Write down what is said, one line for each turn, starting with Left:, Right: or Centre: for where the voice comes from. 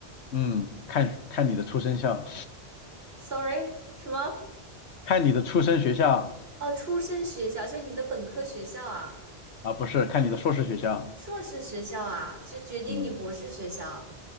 Left: 嗯，看看你的出生校，
Right: ！Sorry，什么？
Left: 看你的出生学校
Right: 哦，出身学校，就你的本科学校啊，
Left: 啊，不是看你的硕士学校。
Right: 硕士学校啊，就决定你博士学校。
Left: 嗯，